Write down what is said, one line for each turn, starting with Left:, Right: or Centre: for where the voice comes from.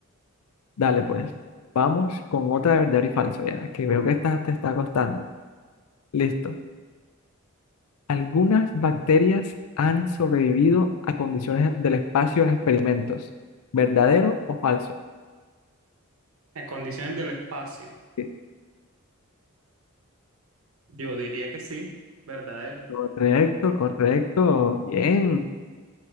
Left: Dale, pues, vamos con otra de verdadero y falso, ya, que veo que esta te está costando. Listo. Algunas bacterias han sobrevivido a condiciones del espacio en experimentos. ¿Verdadero o falso?
Right: En condiciones del espacio,
Left: Sí.
Right: yo diría que sí, verdadero.
Left: Correcto, correcto. Bien.